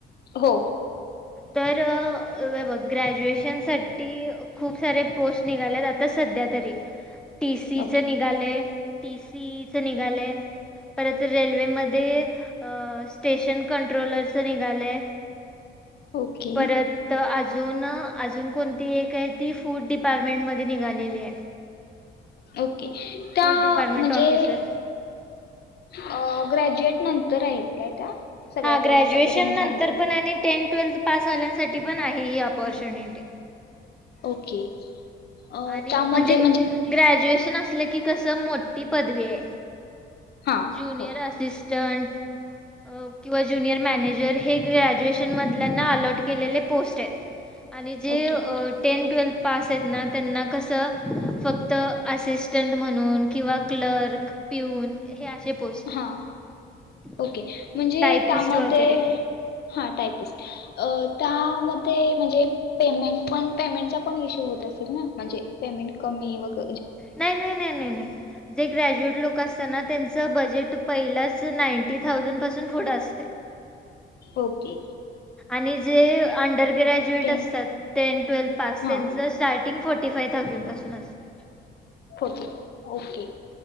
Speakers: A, on the left; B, in the centre.
A: हो
B: तर ग्रॅज्युएशन साठी खूप सारे पोस्ट निघालेत आता सध्या तरी टीसीचे
A: ओके
B: निघाले टीसी े निघाले परत रेल्वेमध्ये स्टेशन कन्ट ट्रोलरच निघालय
A: ओके
B: परत आत अजुन अजून कोणती एक आहे ती फूड डिपार्टमेंटमध्ये निघालेली आहे
A: अ त्या
B: फूड डिपार्टमेंट
A: म्हणजे
B: ऑफिसर
A: अ ग्रॅज्युएट नंतर आहेत काय त्या सगळ्या
B: हा
A: पोस्ट
B: ग्रॅज्युएशन
A: आता तुम्ही सांगितलेल्या
B: नंतर पण आणि त्यान ट्वेल्थ पास वाल्यांसाठी पण आहे ही अपॉर्च्युनिटी
A: ओके. अ,
B: आणि
A: त्यामध्ये
B: म्हणजे ग्रॅज्युएशन असलं की कस मोठी पदवीये
A: हा
B: जुनियर
A: हो
B: असिस् क अ किंवा ज्युनियर मॅनेजर हे ग्रॅज्युएशन मधल्यांना अलर्ट केलेले पोस्ट आहेत आणि जे
A: ओके
B: टेन ट्वेल् पास येत ना त्यांना कसं फक्त असिस्टंट म्हणून किंवा क्लर्क, पिऊन हे असे पोस्ट येत
A: हा ओके म्हणजे
B: टायपिस्ट
A: त्यामध्ये
B: वगैरे
A: हा टायपिस्ट अ त्यामध्ये म्हणजे पेमेंट पण पेमेंटचा पण इशू होत असेल ना म्हणजे पेमेंट कमी वग
B: नाही नाही नाही नाय नाय जे ग्रॅज्युएट लोक असताना त्यांच बजेट पहिलाच नांटी थावजंड पासून पुढ असतय
A: ओके
B: आणि जे अंडर ग्रॅजुएट
A: टेंथ
B: असतात टेन ट्वेल् पास
A: हां
B: त्यांच starting forty five thousand पासून पुढं असतय.
A: ओके ओके